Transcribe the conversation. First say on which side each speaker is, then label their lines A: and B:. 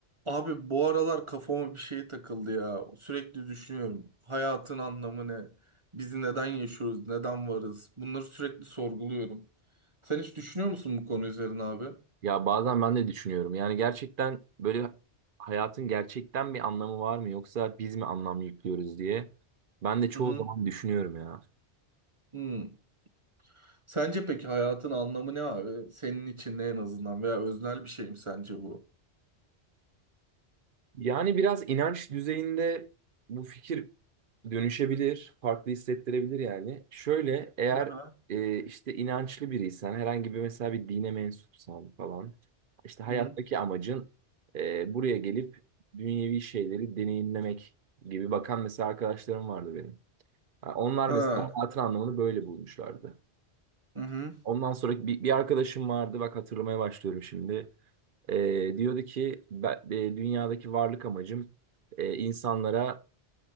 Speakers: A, on the right; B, on the right.
A: Abi bu aralar kafama bir şey takıldı ya. Sürekli düşünüyorum. Hayatın anlamı ne? Biz neden yaşıyoruz? Neden varız? Bunları sürekli sorguluyorum. Sen hiç düşünüyor musun bu konu üzerine abi?
B: Ya bazen ben de düşünüyorum. Yani gerçekten böyle hayatın gerçekten bir anlamı var mı yoksa biz mi anlam yüklüyoruz diye. Ben de çoğu
A: Hı hı.
B: zaman düşünüyorum ya.
A: Hmm. Sence peki hayatın anlamı ne abi? Senin için ne en azından veya öznel bir şey mi sence bu?
B: Yani biraz inanç düzeyinde bu fikir dönüşebilir, farklı hissettirebilir yani. Şöyle eğer
A: Hı hı.
B: e, işte inançlı biriysen, herhangi bir mesela bir dine mensupsan falan, işte
A: Hı
B: hayattaki
A: hı.
B: amacın e, buraya gelip dünyevi şeyleri deneyimlemek gibi bakan mesela arkadaşlarım vardı benim. Ha, onlar
A: Ha.
B: mesela hayatın anlamını böyle bulmuşlardı.
A: Hı hı.
B: Ondan sonra bir, bir arkadaşım vardı bak hatırlamaya başlıyorum şimdi. Ee, diyordu ki ben, e, dünyadaki varlık amacım e, insanlara